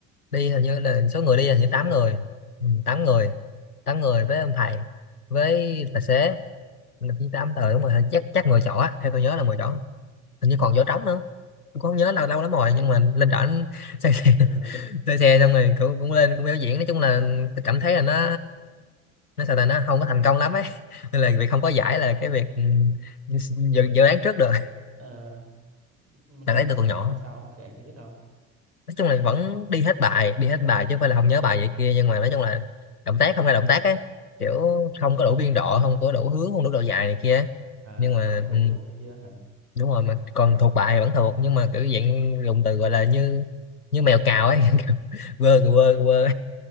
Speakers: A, on the left (about 85°); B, on the right (about 35°).
A: đi hình như là số
B: ừ
A: người đi là
B: <laughs> xích
A: như
B: xe
A: 8 người ừ, 8 người 8 người với ông thầy với tài xế là chỉ 8 tờ đúng rồi chắc chắc 10 chỗ á. theo tôi nhớ là mười chỗ hình như còn chỗ trống nữa tôi cũng không nhớ lâu lâu lắm rồi nhưng mà
B: Ừ.
A: lên trển <laughs> xe xe,
B: ờ
A: xe, xe xong rồi cũng, cũng lên cũng biểu diễn nói chung là tôi cảm thấy là nó nó sao ta nó không có thành công lắm ấy <laughs> nên là việc không có giải là cái việc ừ, dự, dự đoán trước được
B: ờ nhưng mà
A: là
B: nhưng
A: đấy
B: mà không
A: tôi còn
B: thành
A: nhỏ
B: công là sao ông kể thì biết không
A: nói chung là vẫn đi hết bài đi hết bài chứ không phải là không nhớ bài vậy kia nhưng mà nói chung là động tác không ra động tác ấy kiểu không có đủ biên độ không có đủ hướng không đủ độ dài này kia ấy.
B: à,
A: nhưng mà
B: à, không đủ
A: ừ,
B: lực này kia hả
A: đúng rồi mà còn thuộc bài vẫn thuộc nhưng mà kiểu dạng dùng từ gọi là như như mèo cào ấy <laughs> Kiểu quơ kìa, quơ kìa, quơ ấy.